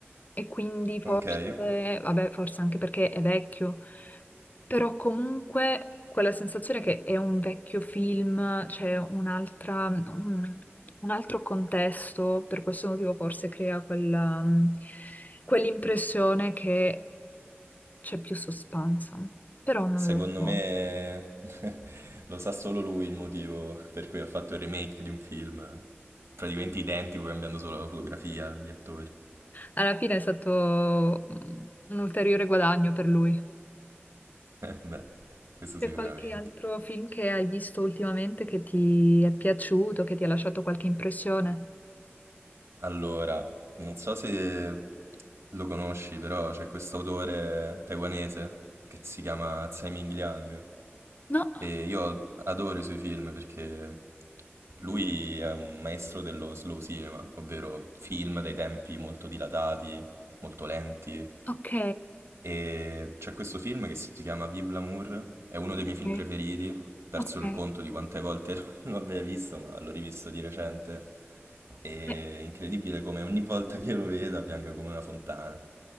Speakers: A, on the left; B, on the right.
A: e quindi forse,
B: ok,
A: vabbè, forse anche perché è vecchio, però comunque quella sensazione che è un vecchio film, c'è un'altra, un, un altro contesto, per questo motivo forse crea quella, mh, quell'impressione che c'è più suspense, però non
B: secondo
A: lo so.
B: me <laughs> lo sa solo lui il motivo per cui ha fatto il remake di un film praticamente identico, cambiando solo la fotografia, gli attori. <laughs>
A: Alla fine è stato mm, un ulteriore guadagno per lui.
B: Beh, questo
A: C'è
B: sicuramente.
A: qualche altro film che hai visto ultimamente che ti è piaciuto, che ti ha lasciato qualche impressione?
B: Allora, non so se lo conosci, però c'è questo autore taiwanese che si chiama Tsai Ming Liang.
A: No?
B: E io adoro i suoi film perché lui è un maestro dello slow cinema, ovvero film dai tempi molto dilatati, molto lenti.
A: Ok.
B: E c'è questo film che si chiama Vive l'amour, è uno dei
A: Ok.
B: miei film preferiti. Ho perso
A: ok.
B: il conto di quante volte <laughs> lo abbia visto, ma l'ho rivisto di recente. È incredibile
A: Eh,
B: come ogni volta che lo veda pianga come una fontana.